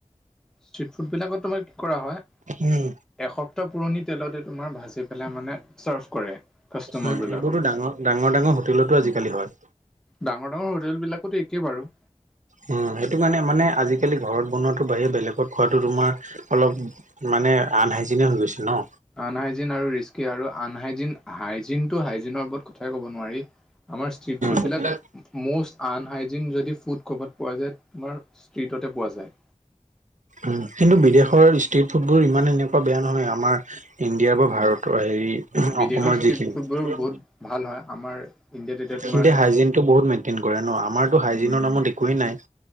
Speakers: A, in the centre; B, on the right (about 85°).
A: ষ্ট্ৰি ফুড বিলাকত তোমাৰ কি কৰা হয়
B: উম
A: এসপ্তাহ পুৰণি তেলতে তোমাৰ ভাজি পেলাই মানে চাৰ্ভ কৰে কাষ্টটমাৰ
B: উম
A: বিলাকক
B: এইবোৰতো ডাঙৰ ডাঙৰ ডাঙৰ হোটেলতো আজিকালি হয়
A: ডাঙৰ ডাঙৰ হোটেল বিলাকতো একেই বাৰু
B: উম সেইটো মানে মানে আজিকালি ঘৰত বনোৱাটো বাহিৰে বেলেগত বেলেগত খোৱাটো তোমাৰ অলপ মানে আনহাইজেনে হৈ গৈছে ন
A: আনহাইজিন আৰু ৰিস্কি আৰু আনহাইজিন হাইজিনটো হাইজিনৰ ওপৰত কথাই ক'ব নোৱাৰি আমাৰ ষ্ট্ৰিট ফুডবিলাক
B: ফুড বিলাক
A: ম'ষ্ট আনহাইজিন যদি ফুড ক'ৰবাত পোৱা যায় আমাৰ ষ্ট্ৰ্ৰীটতে পোৱা যায়
B: উম কিন্তু বিদেশৰ ষ্টেট ফুডবোৰ ইমান এনেকুৱা বেয়া নহয় আমাৰ ইণ্ডিয়াৰ বা ভাৰতৰ হেৰি
A: বিদেশৰ
B: অসমৰ
A: ষ্ট্ৰীট
B: যিখিনি
A: ফুডবোৰ বহুত ভাল হয় আমাৰ ইণ্ডিয়াত এতিয়া
B: সিহঁতি
A: তোমাৰ
B: হাইজিনটো বহুত মেইনটেইন কৰে ন আমাৰতো হাইজিনৰ
A: উম,
B: নামত একোৱেই নাই